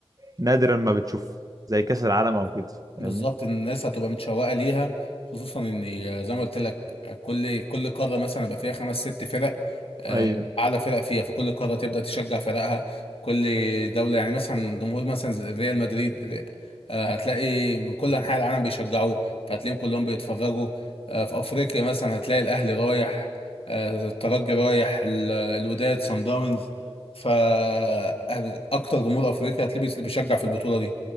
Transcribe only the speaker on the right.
نادرا ما بتشوف زي كاس العالم او كده فاهمني
ايوه